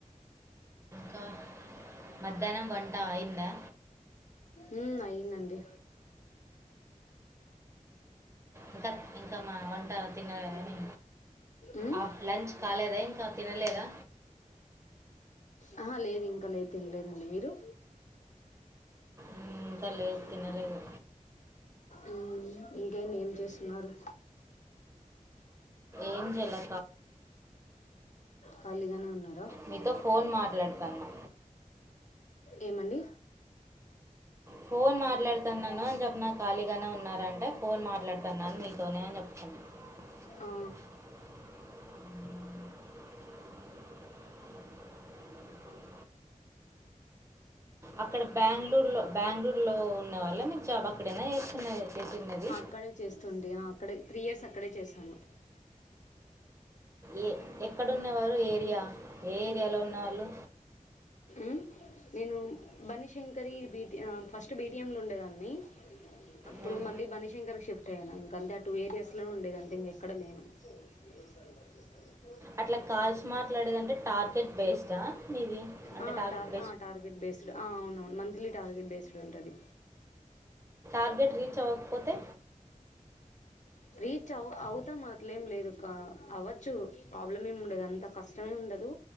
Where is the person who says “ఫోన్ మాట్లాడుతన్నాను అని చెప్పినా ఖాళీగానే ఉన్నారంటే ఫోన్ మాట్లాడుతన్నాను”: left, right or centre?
Right